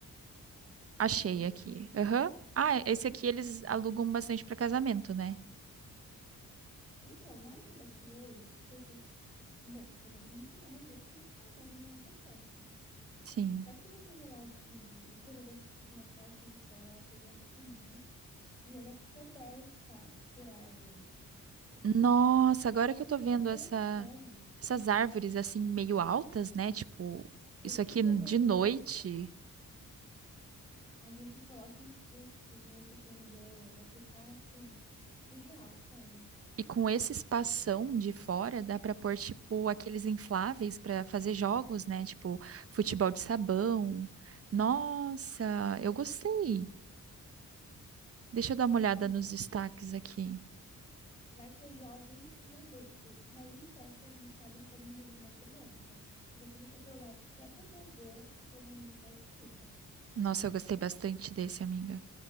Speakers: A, on the right; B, on the left.
A: Achei
B: E eu abri
A: aqui.
B: aqui.
A: Aham. Ah, esse aqui eles alugam bastante para casamento, né?
B: Então, na hora que eu bati o olho, eu pensei, bom, casamento não tem nada a ver com, com a vibe da nossa festa.
A: Sim.
B: Só que se você rolar o feed, você vai ver que, tipo assim, a parte de fora, ela tem uma piscinona. e ela é coberta por árvores. Tipo,
A: Nossa, agora que eu tô
B: a
A: vendo
B: decoração,
A: essa, essas árvores assim meio altas, né? Tipo,
B: esse
A: isso aqui
B: corredor,
A: de noite
B: a gente coloca uns sustos nesse corredor, vai ficar assim, surreal, sério.
A: e com esse espação de fora dá pra pôr tipo aqueles infláveis pra fazer jogos, né? Tipo, futebol de sabão. Nossa, eu gostei. Deixa eu dar
B: E
A: uma
B: assim,
A: olhada nos destaques aqui.
B: vai ter jovem e adulto, mas em festa a gente sabe que todo mundo vira uma criança. Então, se você colocar até tobogã, todo mundo participa.
A: Nossa, eu gostei bastante desse, amiga.